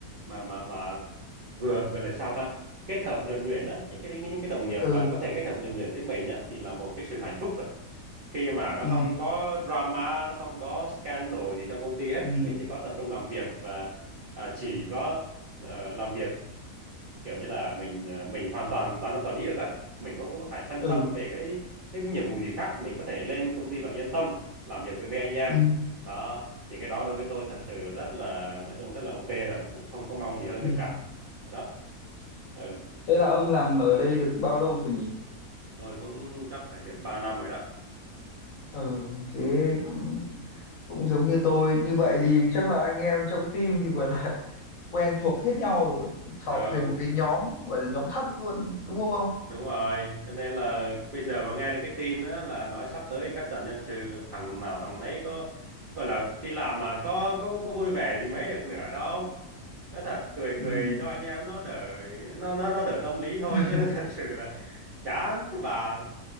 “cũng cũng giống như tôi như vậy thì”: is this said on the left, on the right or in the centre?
Left